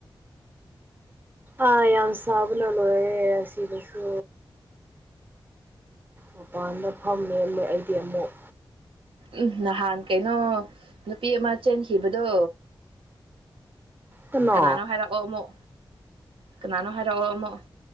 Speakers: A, on the right; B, on the right.
A: ꯑꯥ ꯌꯥꯝ ꯁꯥꯕꯅ ꯂꯣꯏꯔꯦ ꯑꯁꯤꯗꯁꯨ ꯃꯄꯥꯟꯗ ꯐꯝꯃꯦ ꯑꯃꯨꯛ ꯑꯩꯗꯤ ꯑꯃꯨꯛ
B: ꯎꯝ ꯅꯍꯥꯟ ꯀꯩꯅꯣ ꯅꯨꯄꯤ ꯑꯃ ꯆꯦꯟꯈꯤꯕꯗꯣ
A: ꯀꯅꯥ
B: ꯀꯅꯥꯅꯣ ꯍꯥꯏꯔꯛꯑꯣ ꯑꯃꯨꯛ ꯀꯅꯥꯅꯣ ꯍꯥꯏꯔꯛꯑꯣ ꯑꯃꯨꯛ